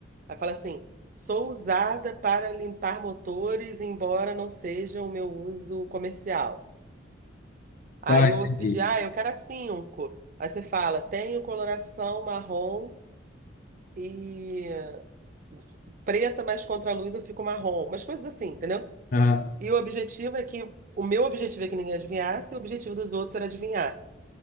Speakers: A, on the right (about 45°); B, on the left (about 40°).
A: Aí fala assim: sou usada para limpar motores, embora não seja o meu uso comercial. Aí
B: Tá, entendi.
A: o outro pedia: ah, eu quero a cinco. Aí você fala: tenho coloração marrom e preta, mas contra a luz eu fico marrom. Umas coisas assim, entendeu?
B: Aham,
A: E o objetivo é que. O meu objetivo é que ninguém adivinhasse, e o objetivo dos outros era adivinhar,